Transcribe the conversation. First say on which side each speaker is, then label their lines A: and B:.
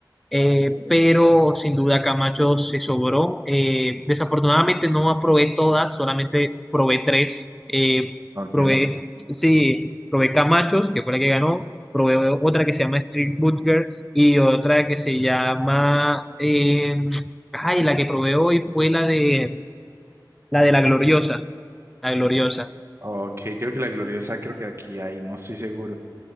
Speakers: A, in the centre; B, on the right (about 35°).
A: Eh, pero sin duda Camacho se sobró. Eh, desafortunadamente no probé todas, solamente probé tres. Eh,
B: Ok.
A: probé, sí, probé Camachos, que fue la que ganó. Probé otra que se llama Street Burger y otra que se llama... eh, ay, la que probé hoy fue la de, la de la Gloriosa. La Gloriosa.
B: Ok, creo que la gloriosa, creo que aquí hay, no estoy seguro.